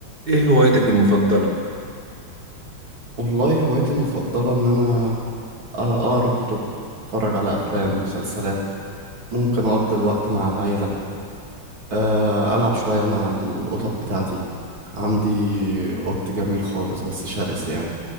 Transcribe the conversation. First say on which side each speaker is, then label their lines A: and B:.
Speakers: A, on the right (about 25°); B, on the right (about 70°).
A: ايه هوايتك المفضلة؟
B: والله هوايتي المفضلة إن أنا أقرأ كتب أتفرج على أفلام مسلسلات ممكن أقضي الوقت مع العيلة آه، ألعب شوية مع القطط بتاعتي عندي قط جميل خالص بس شرس يعني